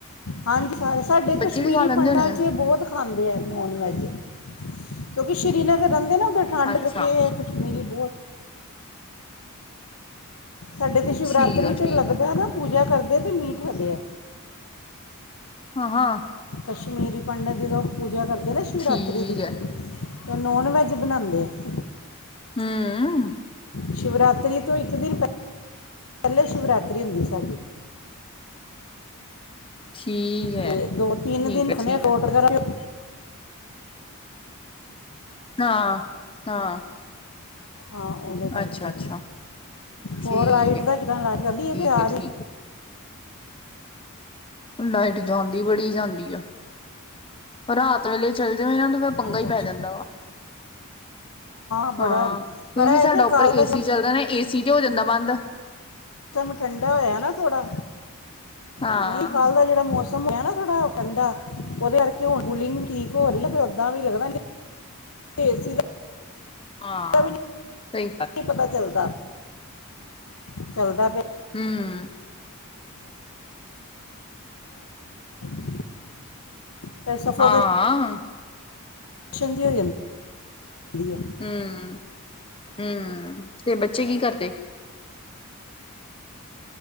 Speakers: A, on the left; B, on the left.
A: ਹਾਂਜੀ ਸਾਰੇ ਸਾਡੇ
B: ਬੱਚੇ
A: ਕਸ਼ਮੀਰੀ
B: ਵੀ ਖਾ ਲੈਂਦੇ
A: ਪਂਡਾ
B: ਹੋਣੇ ਆ
A: ਚ ਬੋਤ ਖਾਂਦੇ ਐ ਨੋਨ ਵੈਜ, ਕਯੋਕਿ ਸ਼ੀਰੀਨਗਰ ਰੈਂਦੈ ਨਾ ਓਦਰ ਠੰਡ
B: ਅੱਛਾ
A: <unintelligible> ਮੇਰੀ ਬੋਤ ਸਾਡੇ ਇਥੇ ਸ਼ਿਵਰਾਤਰੀ
B: ਠੀਕ ਆ
A: ਤੇ
B: ਠੀਕ
A: ਲੱਗਦੈ
B: ਆ
A: ਨਾ ਪੂਜਾ ਕਰਦੇ ਤੇ ਮੀਟ <unintelligible> ਐ।
B: ਹਾਂ ਹਾਂ
A: ਕਸ਼ਮੀਰੀ ਪੰਡਤ ਜਦੋ ਪੂਜਾ ਕਰਦੇ ਨਾ ਸ਼ਿਵਰਾਤਰੀ
B: ਠੀਕ
A: ਦੀ
B: ਹੈ
A: ਐ ਨੋਨ ਵੈਜ ਬਨਾਦੇ ਐ।
B: ਹੂੰ।
A: ਸ਼ਿਵਰਾਤਰੀ ਤੋ ਇੱਕ ਦਿਨ ਪੈਲੇ ਸ਼ਿਵਰਾਤਰੀ ਓਂਦੀ ਏ ਸਾਡੀ।
B: ਠੀਕ ਹੈ
A: ਤੇ ਦੋ-ਤਿੰਨ
B: ਠੀਕ
A: ਦਿਨ
B: ਹੈ
A: <unintelligible>
B: ਠੀਕ ਹੈ <inaudible>
A: ਹਾਂ ਓਦੇ ਕਾਰਕੇ,
B: ਅੱਛਾ ਅੱਛਾ
A: ਹੋਰ
B: ਠੀਕ
A: ਲਾਈਟ
B: ਹੈ
A: ਦਾ ਕਿੱਦਾ ਲਾਈਟ ਜਾਂਦੀ ਏ
B: ਠੀਕ
A: ਕੇ ਆ
B: ਹੈ
A: ਗੀ।
B: ਠੀਕ ਲਾਈਟ ਜਾਂਦੀ, ਬੜੀ ਜਾਂਦੀ ਆ, ਪਰ ਰਾਤ ਵੇਲੇ ਚੱਲ ਜਾਵੇ ਪੰਗਾ
A: ਅੱਛਾ
B: ਹੀ, ਪੈ
A: ਅੱਛਾ
B: ਜਾਂਦਾ ਵਾ।
A: ਬੜਾ
B: ਹਾਂ, ਕਿਉਂਕਿ
A: ਪਰ ਇਹ
B: ਸਾਡਾ
A: ਹੈ ਕਿ
B: ਉੱਪਰ
A: ਕਾਲ
B: ਏਸੀ
A: ਦਾ ਜਿਹੜਾ
B: ਚੱਲਦਾ ਹੈ ਨਾ, ਏਸੀ ਤੇ ਹੋ ਜਾਂਦਾ ਬੰਦ।
A: ਮੌਸਮ ਠੰਡਾ ਹੋਇਆ ਨਾ ਥੋੜਾ,
B: ਹਾਂ
A: ਨਹੀਂ ਕਲਦਾ ਜਿਹੜਾ ਮੌਸਮ <unintelligible> ੳਹਦੇ ਕਰਕੇ ਕੂਲਿੰਗ ਠੀਕ ਹੋ ਰਹੀ ਹਾਂ। ਏ ਸੀ ਦਾ
B: ਹਾਂ,
A: ਵੀ
B: ਸਹੀ
A: ਨਹੀਂ ਪਤਾ ਚੱਲਦਾ <inaudible> ਚਲਦਾ ਪਿਆ
B: ਹਮ
A: <inaudible> ਫਿਰ ਸਫੋਕੇਸ਼ਨ
B: ਹਾਂ
A: <inaudible>
B: ਹਮ, ਹਮ, ਤੇ ਬੱਚੇ ਕੀ ਕਰਦੇ?